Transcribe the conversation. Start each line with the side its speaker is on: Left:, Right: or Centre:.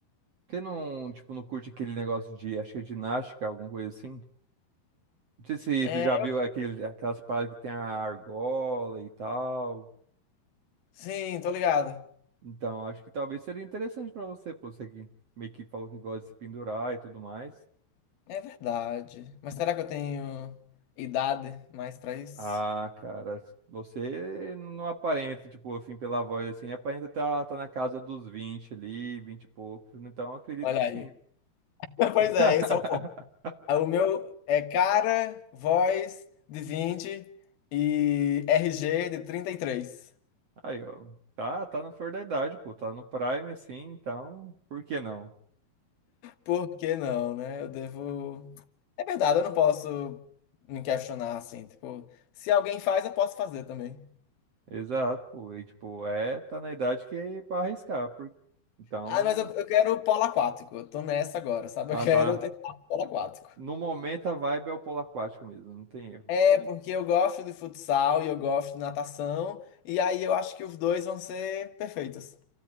Right: Porque não, tipo, não curte aquele negócio de, acho que é ginástica, alguma coisa assim? Não sei se
Left: É,
Right: tu já viu aquele, aquelas paradas que tem a argola e tal.
Left: sim, tô ligado.
Right: Então, acho que talvez seria interessante pra você, pô, você que meio que falou que gosta de se pendurar e tudo mais.
Left: É verdade. Mas será que eu tenho idade mais pra isso?
Right: Ah, cara, você não aparenta, tipo, assim, pela voz, assim, aparenta tá, tá na casa dos 20 ali, 20 e poucos, então eu acredito
Left: Olha
Right: que sim.
Left: aí. <laughs> Pois
Right: <laughs>
Left: é, esse é o ponto. Ah, O meu é cara, voz de 20 e RG de 33.
Right: Aí, ó, tá, tá na flor da idade, pô, tá no prime, assim, então, por que não?
Left: Por que não, né? Eu devo. É verdade, eu não posso me questionar assim. Tipo, se alguém faz, eu posso fazer também.
Right: Exato, pô, e, tipo, é, tá na idade que é pra arriscar, por... então,
Left: Ah, mas eu, eu quero o polo aquático. Eu tô nessa agora, sabe?
Right: ah,
Left: Eu quero
Right: tá,
Left: tentar o polo aquático.
Right: no momento a vibe é o polo aquático mesmo, não tem erro.
Left: É, porque eu gosto de futsal e eu gosto de natação. E aí eu acho que os dois vão ser perfeitos.